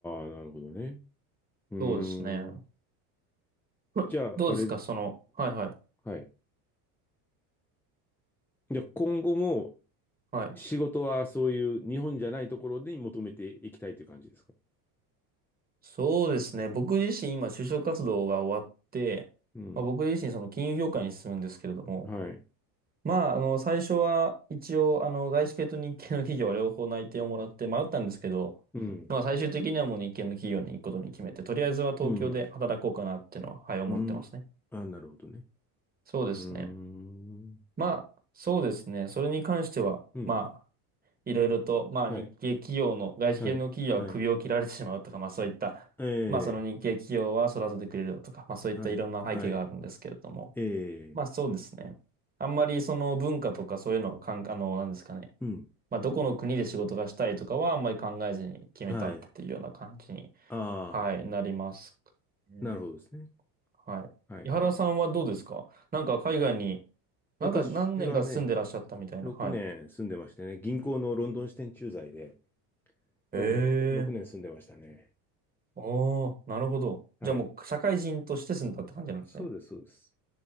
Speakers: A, in the centre; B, on the right.
A: あ、なるほどね。うーん。
B: そうですね。<laughs>
A: じゃあ、
B: どうですか、
A: あれ、ん
B: その、はいはい。
A: はい。じゃあ、今後も
B: はい。
A: 仕事はそういう日本じゃないところに求めていきたいという感じですか
B: そうですね。僕自身今就職活動が終わって、
A: うん。
B: まあ、僕自身その金融業界に進むんですけれども、
A: はい。
B: まあ、あの、最初は一応、あの、外資系と日系の企業両方内定をもらって迷ったんですけど、
A: うん。
B: まあ、最終的にはもう日系の企業に行くことに決めて、とりあえずは東京で働こうかなっていうのは、
A: うん。
B: はい、思ってますね。
A: うん。あ、なるほどね。
B: そうですね。
A: うーん。
B: まあ、そうですね。それに関しては、
A: うん。
B: まあ、いろいろと、まあ日系企業の、
A: はい。
B: 外資系の企業は首を切られてしまうとか、
A: はい。はい。
B: まあそういった、
A: ええ。
B: まあその日系企業は育ててくれるとか、まあそういったいろんな背景があるんですけれども、
A: はい。はい。え
B: まあそうですね。
A: え。
B: あんまりその文化とかそういうのはかん、あの、なんですかね。
A: うん。
B: まあどこの国で仕事がしたいとかはあんまり考えずに決めたっていうような感じに、
A: はい。ああ、
B: はい、なりますね。
A: なるほどですね。
B: はい。
A: はいはい。
B: 井原さんはどうですかなんか海外に、
A: 私はね、
B: なんか何年か住んでらっしゃったみたいな。
A: 6年住んでましてね、
B: はい。
A: 銀行のロンドン支店駐在で
B: へえ
A: 6年、6年住んでましたね。
B: おー、なるほど。
A: はい。
B: じゃあもう社会人として住んだって感じなんですね。
A: あそうです、そうです。